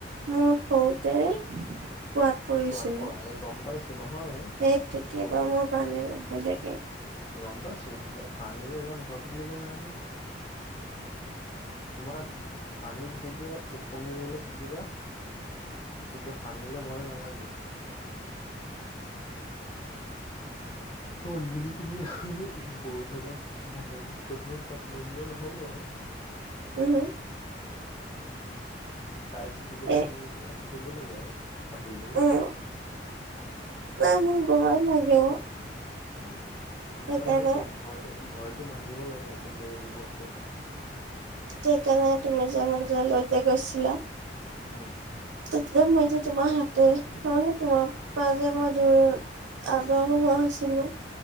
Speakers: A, on the right; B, on the left.
A: মোৰ সৰুতে কোৱাত পৰিছিলো।
B: কোৱাত পৰা
A: সেই
B: গম পাইছো নহয়
A: তেতিয়া
B: তোমাৰ
A: বাৰু মোৰ পানী ভয় লাগে।
B: গম পাইছো, তোৰ পানীলে ইমান ভয় কৰিবলগীয়া নাই নহয়। তোমাৰ পানীত যেতিয়া উপঙিবলৈ শিকিবা তেতিয়া পানীলে ভয় নালাগে। হল বুলি তুমি বৈ থকা ব্ৰহ্মপুত্ৰ খনত জাপ মাৰি দিলে নহব আৰু।
A: উম।
B: উ <inaudible> চাই - চিতি পেলাই
A: এ
B: নামি পেলাই সাঁতুৰিব লাগে আৰু সাঁতুৰিলেও।
A: অ। নাই মোক ভয় লাগে অ।
B: উম
A: সেইকাৰণে
B: নাই সেইটো ভয়টো - ভয়টো ভাঙিব লাগে আচলতে এইবোৰ বস্তুৰ পৰা।
A: সেইকাৰণে তুমি যে মোক যে লৈ যে গৈছিলা।
B: উম।
A: তাত যে মই যে তোমাৰ হাতে ত তোমাৰ পা যে মই যে দূৰত আদৰ নোহোৱা হৈছিলো।